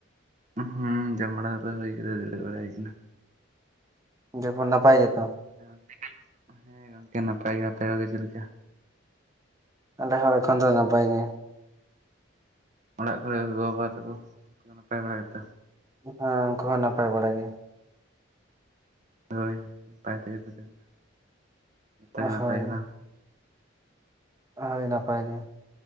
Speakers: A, on the right (about 35°); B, on the right (about 15°).
A: ᱦᱩᱸ, ᱡᱚᱢ ᱵᱟᱲᱟ ᱠᱚᱫᱚ ᱦᱩᱭ ᱠᱟᱛᱮ ᱫᱩᱲᱩᱵ ᱵᱟᱲᱟ ᱦᱩᱭ ᱠᱟᱱᱟ᱾
B: ᱡᱮ ᱵᱚᱱ ᱱᱟᱯᱟᱭ ᱜᱮᱛᱚ?
A: <unintelligible> ᱱᱟᱯᱟᱭ ᱜᱮ, ᱟᱯᱮ ᱠᱚᱜᱮ ᱪᱮᱫ ᱞᱮᱠᱟ?
B: ᱟᱞᱮ ᱦᱚᱸ ᱮᱠᱷᱚᱱ ᱫᱚ ᱱᱟᱯᱟᱭ ᱜᱮ᱾
A: ᱚᱲᱟᱜ ᱠᱚᱨᱮ ᱜᱚ ᱵᱟᱵᱟ ᱛᱟᱠᱚ ᱱᱟᱯᱟᱭ ᱵᱟᱲᱟ ᱜᱮᱛᱚ?
B: ᱦᱮᱸ ᱩᱱᱠᱩ ᱦᱚᱸ ᱱᱟᱯᱟᱭ ᱵᱟᱲᱟ ᱜᱮ᱾
A: ᱦᱳᱭ ᱱᱟᱯᱟᱭ ᱛᱮᱜᱮ ᱛᱟᱦᱮᱱᱟ ᱡᱚᱛᱚᱜᱮ ᱱᱟᱯᱟᱭ
B: ᱦᱳᱭ
A: ᱜᱮ ᱵᱟᱝ᱾
B: ᱦᱳᱭ ᱱᱟᱯᱟᱭ ᱜᱮ